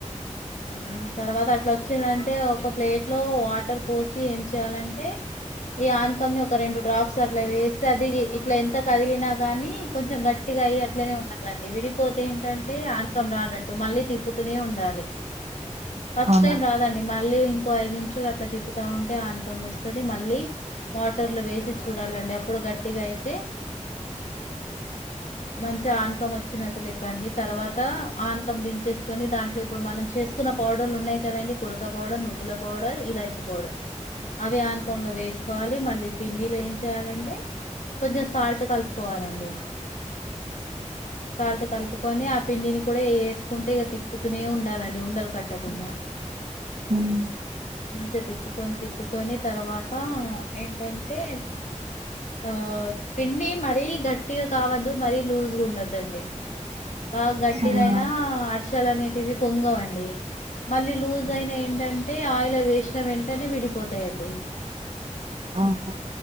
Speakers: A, on the left; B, on the right.
A: ఆ <inaudible> తర్వాత అట్లా వచ్చిందంటే ఒక ప్లేట్ లో వాటర్ పోసి ఏం చేయాలంటే ఈ ఆన్కమ్ ని ఒక రెండు డ్రాప్స్ అట్లా వేస్తే అది ఇట్లా ఎంత కరిగినా గానీ కొంచెం గట్టిగయి అట్లనే ఉండాలండి విడిపోతే ఏంటే ఆనకం రాన్నట్టు మళ్ళీ తిప్పుతూనే ఉండాలి ఫస్ట్
B: అవునా
A: టైం రాదండి మళ్ళీ ఇంకో ఐదు నిమిషాలు అట్లా తిప్పుతా ఉంటే ఆనకం వస్తుంది మళ్లీ వాటర్లు వేసి చూడాలండి అప్పుడు గట్టిగా అయితే మంచిగా ఆనకం వచ్చినట్టు లెక్కండి తర్వాత ఆనకం దిం చు కొని దాంట్లో ఇప్పుడు మనం చేసుకున్న పౌడర్లు ఉన్నాయి కదండి కుడక పౌడర్ నువ్వుల పౌడర్ ఇలాచి పౌడర్ అవి ఆనకంలో వేసుకోవ లి మళ్లీ మళ్లీ పిండిలో ఏం చేయాలంటే కొంచె సాల్ట్ కలుపుకోవాలండి. సాల్ట్ కలుపుకొని ఆ పిండిని కూడా వేసుకుంటే ఇక తిప్పుతూనే ఉండాలండి ఉండల్ టకుండా
B: ఉమ్
A: చ్చ తిప్పుకొని తిప్పుకొని తర్వాత ఏంటంటే ఆ పిండి మరీ గట్టిగా కావద్దు మరీ లూజ్గా ఉండదుండి బాగా గట్టిగా
B: అవునా
A: అయినా అర్సల్ అనేటివి పొంగవండి మళ్లీ లూజ్ అయిన ఏంటంటే ఆయిల్ వేసిన వెంటనే విడిపోతాయండి మళ్లీ
B: ఆహా